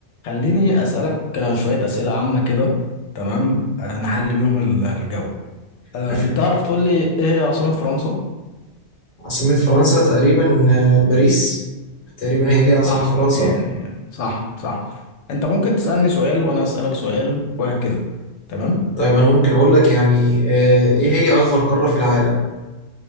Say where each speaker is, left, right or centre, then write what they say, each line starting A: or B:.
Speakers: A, on the left; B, on the left.
A: خليني أسألك شوية أسئلة عامة كده تمام آه، نحل بيهم ال- الجو أه
B: ما في
A: تعرف تقول لي إيه هي عاصمة فرنسا؟
B: عاصمة فرنسا تقريبا آه، باريس تقريبا هي دي عاصمة
A: صح
B: فرنسا
A: يعني صح صح أنت ممكن تسألني سؤال وأنا أسألك سؤال وهكذا تمام
B: طيب أنا ممكن أقول لك يعني آه، إيه هي أكبر قارة في العالم؟